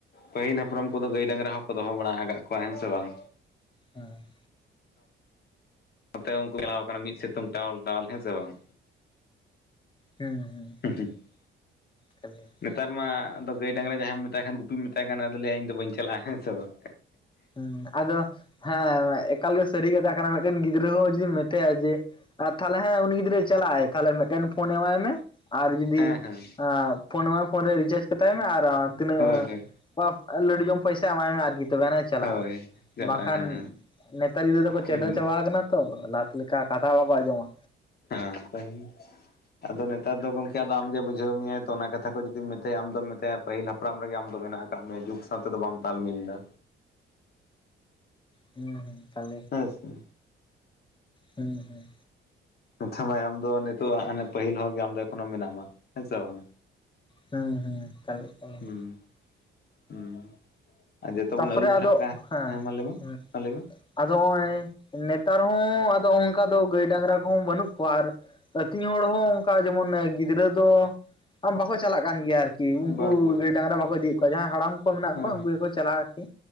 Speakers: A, on the left (about 55°); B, on the left (about 25°).
A: ᱯᱟᱹᱦᱤᱞ ᱦᱟᱯᱨᱟᱢ ᱠᱚᱫᱚ ᱜᱟᱹᱭ ᱰᱟᱝᱨᱟ ᱦᱚᱸᱠᱚ ᱫᱚᱦᱚ ᱵᱟᱲᱟ ᱟᱠᱟᱫ ᱠᱚᱣᱟ ᱦᱮᱸ ᱥᱮ ᱵᱟᱝ?
B: ᱦᱮᱸ᱾
A: ᱱᱚᱛᱮ ᱩᱱᱠᱩ ᱪᱟᱞᱟᱣ ᱟᱠᱟᱱᱟ ᱢᱤᱫ ᱥᱤᱛᱩᱝ ᱴᱟᱣᱟᱞ ᱴᱟᱣᱞ ᱦᱮᱸ ᱥᱮ ᱵᱟᱝ?
B: ᱦᱩᱸ ᱦᱩᱸ᱾
A: <unintelligible>
B: ᱠᱟᱱ ᱜᱮᱭᱟ᱾
A: ᱱᱮᱛᱟᱨ ᱢᱟ ᱟᱫᱚ ᱜᱟᱹᱭ ᱰᱟᱝᱨᱟ ᱡᱟᱦᱟᱸᱭᱮᱢ ᱢᱮᱛᱟᱭ ᱠᱟᱱ ᱜᱩᱤᱢ ᱢᱮᱛᱟᱭ ᱠᱷᱟᱱ ᱟᱫᱚ ᱞᱟᱹᱭᱟ ᱤᱧ ᱫᱚ ᱵᱟᱹᱧ ᱪᱟᱞᱟᱜᱼᱟ ᱦᱮᱸᱥᱮ ᱵᱟᱝ᱾
B: ᱦᱮᱸ ᱟᱫᱚ ᱦᱮᱸ ᱮᱠᱟᱞ ᱜᱮ ᱥᱟᱹᱨᱤ ᱠᱟᱛᱷᱟ ᱠᱟᱱᱟ ᱢᱤᱫᱴᱮᱱ ᱜᱤᱫᱽᱨᱟᱹ ᱦᱚᱸ ᱡᱩᱫᱤᱢ ᱢᱮᱛᱟᱭᱟ ᱡᱮ ᱟᱨ ᱛᱟᱦᱚᱞᱮ ᱦᱮᱸ ᱩᱱᱤ ᱜᱤᱫᱽᱨᱟᱹᱭ ᱪᱟᱞᱟᱜᱟᱭ᱾ ᱛᱟᱦᱚᱞᱮ ᱢᱤᱫᱴᱮᱱ ᱯᱷᱳᱱ ᱮᱢᱟᱭ ᱢᱮ᱾ ᱟᱨ ᱡᱩᱫᱤ
A: ᱦᱮᱸ ᱦᱮᱸ
B: ᱟ ᱯᱷᱚᱱ ᱟᱢᱟᱭ ᱯᱷᱚᱱ ᱨᱮ ᱨᱤᱪᱟᱨᱡ ᱠᱟᱛᱟᱭ ᱢᱮ ᱟᱨ ᱟᱨ ᱛᱤᱱᱟᱹᱜ
A: ᱦᱳᱭ ᱦᱳᱭ
B: ᱯᱟᱯ ᱞᱟᱹᱰᱩ ᱡᱚᱢ ᱯᱚᱭᱥᱟ ᱮᱢᱟᱭ ᱢᱮ ᱟᱨᱠᱤ ᱛᱚᱵᱮᱟᱱᱮᱡ ᱪᱟᱞᱟᱜ-ᱟ
A: ᱦᱳᱭ
B: ᱵᱟᱝᱠᱷᱟᱱ
A: ᱪᱟᱞᱟᱜᱼᱟ ᱦᱮᱸ
B: ᱱᱮᱛᱟᱨ ᱜᱤᱫᱽᱨᱟᱹ ᱫᱚᱠᱚ ᱪᱮᱰᱚ
A: ᱦᱩᱸ
B: ᱪᱟᱵᱟᱜ᱾
A: ᱦᱮᱸ
B: ᱠᱟᱱᱟ ᱛᱚ ᱞᱟᱦᱟᱛᱮ ᱞᱮᱠᱟ ᱠᱟᱛᱷᱟ ᱵᱟᱵᱚ ᱟᱸᱡᱚᱢᱟ᱾
A: <unintelligible> ᱟᱫᱚ ᱱᱮᱛᱟᱨ ᱫᱚ ᱜᱚᱝᱠᱮ ᱟᱢᱜᱮ ᱵᱩᱡᱷᱟᱹᱣ ᱢᱮᱭᱟ ᱛᱚ ᱚᱱᱟ ᱠᱟᱛᱷᱟ ᱠᱚ ᱡᱩᱫᱤ ᱢᱮᱟᱭᱟ ᱟᱢᱫᱚᱢ ᱢᱮᱛᱟᱭᱟ ᱯᱟᱹᱦᱤᱞ ᱦᱟᱯᱲᱟᱢ ᱨᱮᱜᱮ ᱟᱢᱫᱚ ᱢᱮᱱᱟᱜ ᱟᱠᱟᱫ ᱢᱮᱭᱟ ᱡᱩᱜᱽ ᱥᱟᱶ ᱛᱮᱫᱚ ᱵᱟᱢ ᱛᱟᱞᱢᱤᱞ ᱫᱟ᱾
B: ᱦᱩᱸ ᱦᱩᱸ ᱮᱠᱟᱞ ᱜᱮ
A: ᱦᱮᱸᱥᱮ
B: ᱦᱩᱸᱦᱩᱸ
A: ᱟᱪᱪᱷᱟ ᱢᱟᱭ ᱟᱢ ᱫᱚ ᱱᱤᱛᱚᱜ ᱦᱟᱱᱮ ᱯᱟᱹᱦᱤᱞ ᱦᱚᱲᱜᱮ ᱟᱢ ᱫᱚ ᱮᱠᱷᱚᱱ ᱢᱮᱱᱟᱢᱟ ᱦᱮᱸ ᱥᱮ ᱵᱟᱝ?
B: ᱦᱮᱸ ᱦᱮᱸ ᱮᱠᱟᱞ ᱮᱠᱟᱞ
A: ᱦᱩᱸ
B: ᱾
A: ᱦᱩᱸ ᱟᱨ ᱡᱚᱛᱚ
B: ᱛᱟᱨᱯᱚᱨᱮ
A: ᱵᱚᱱ ᱟᱹᱨᱩ
B: ᱟᱫᱚ
A: ᱯᱷᱮᱨᱟᱜ ᱠᱟᱱ
B: ᱦᱮᱸ
A: ᱢᱟ ᱞᱟᱹᱭ ᱢᱮ
B: ᱦᱩᱸ᱾
A: ᱢᱟ ᱞᱟᱹᱭ ᱢᱮ
B: ᱟᱫᱚ ᱦᱚᱸᱜᱚᱭ ᱱᱮᱛᱟᱨ ᱦᱚᱸ ᱟᱫᱚ ᱚᱝᱠᱟ ᱫᱚ ᱜᱟᱹᱭ ᱰᱟᱝᱨᱟ ᱠᱚᱦᱚᱸ ᱵᱟᱹᱱᱩᱜ ᱠᱚᱣᱟ ᱟᱨ ᱟᱹᱛᱤᱧ ᱦᱚᱲ ᱦᱚᱸ ᱚᱝᱠᱟ ᱡᱮᱢᱚᱱ ᱜᱤᱫᱽᱨᱟᱹ ᱫᱚ, ᱵᱟᱠᱚ ᱪᱟᱞᱟᱜ ᱠᱟᱱ ᱜᱮᱭᱟ ᱟᱨ ᱠᱤ ᱩᱝᱠᱩ
A: ᱵᱟᱝ ᱵᱟᱝ
B: ᱜᱟᱹᱭ ᱰᱟᱝᱨᱟ ᱵᱟᱠᱚ ᱤᱫᱤᱭᱮᱫ ᱠᱚᱣᱟ ᱡᱟᱦᱟᱸᱭ ᱦᱟᱲᱟᱢ ᱠᱚ ᱢᱮᱱᱟᱜ
A: ᱦᱮᱸ
B: ᱠᱚᱣᱟ
A: ᱦᱮᱸ
B: ᱩᱝᱠᱩ ᱜᱮᱠᱚ ᱪᱟᱞᱟᱜᱼᱟ᱾ ᱟᱨᱠᱤ